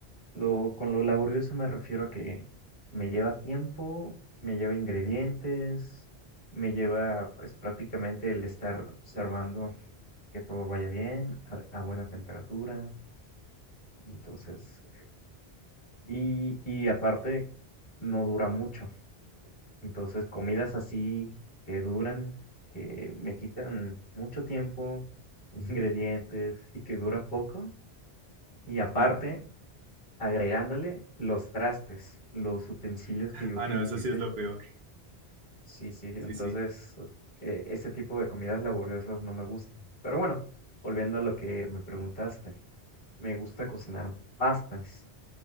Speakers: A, on the left; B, on the right.
A: Lo, con lo laborioso me refiero a que me lleva tiempo, me lleva ingredientes, me lleva pues prácticamente el estar observando que todo vaya bien, a, a buena temperatura, entonces, y, y aparte no dura mucho, entonces comidas así que duran, que me quitan mucho tiempo, <laughs> ingredientes y que dura poco, y aparte
B: claro.
A: agregándole los trastes, los utensilios que yo
B: Ah,
A: utilicé.
B: no, eso sí es lo peor.
A: Sí, sí, entonces
B: Sí, sí.
A: eh, ese tipo de comidas laboriosas no me gustan. Pero bueno, volviendo a lo que me preguntaste, me gusta cocinar pastas.